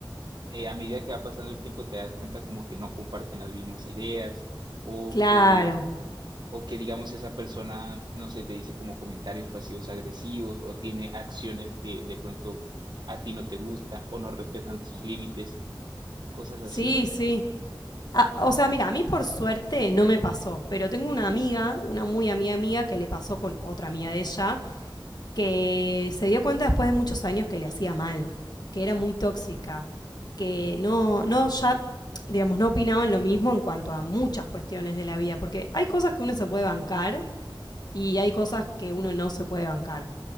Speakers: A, on the right; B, on the left.
A: eh, a medida que va pasando el tiempo te das cuenta como que no comparten las mismas ideas o
B: Claro,
A: que, o que digamos esa persona, no sé, te dice como comentarios pasivos agresivos o tiene acciones que de pronto a ti no te gustan o no respetan tus límites, cosas así.
B: sí, sí. Ah, o sea, mira, a mí por suerte no me pasó, pero tengo una amiga, una muy amiga amiga, que le pasó con otra amiga de ella, que se dio cuenta después de muchos años que le hacía mal, que era muy tóxica, que no, no, ya, digamos, no opinaban lo mismo en cuanto a muchas cuestiones de la vida, porque hay cosas que uno se puede bancar y hay cosas que uno no se puede bancar.